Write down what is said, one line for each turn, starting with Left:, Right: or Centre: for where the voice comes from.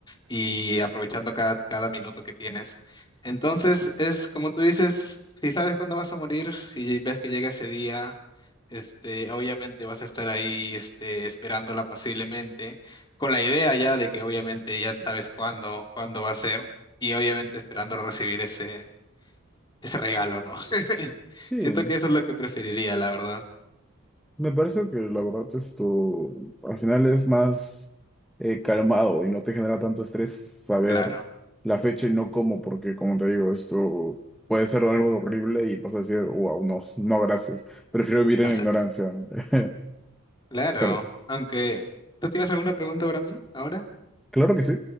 Left: y aprovechando cada, cada minuto que tienes. Entonces, es como tú dices, si sabes cuándo vas a morir si ves que llega ese día, este, obviamente vas a estar ahí, este, esperándola pacientemente con la idea ya de que obviamente ya sabes cuándo, cuándo va a ser y obviamente esperando recibir ese, ese regalo, ¿no? <laughs>
Centre: sí,
Left: Siento que eso es lo que preferiría, la verdad.
Centre: me parece que la verdad esto al final es más eh, calmado y no te genera tanto estrés saber
Left: Claro.
Centre: la fecha y no cómo, porque como te digo, esto puede ser algo horrible y vas a decir, wow, no, no, gracias, prefiero vivir en
Left: Hasta,
Centre: la ignorancia. <laughs>
Left: claro.
Centre: Pero
Left: Aunque, ¿tú tienes alguna pregunta para mí ahora?
Centre: Claro que sí.